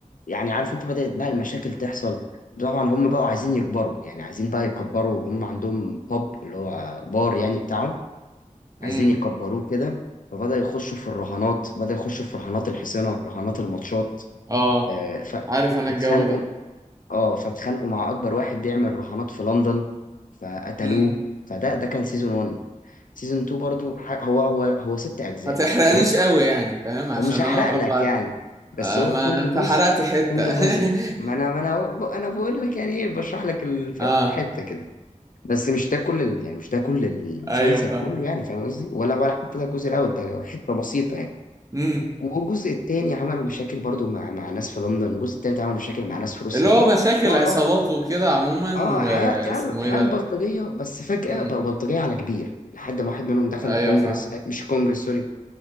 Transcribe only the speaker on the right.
امم
اه
عارف انا
الجو ده
امم
ما تحرقليش
قوي يعني فاهم عشان
انا برضه
ع-
آه
ما
انت
حرقت حتة
<laughs>
اه
ايوه فاهم
امم
اللي هو
مشاكل
عصابات وكده عموما
واسمه
ايه ده
امم
ايوه
فاهم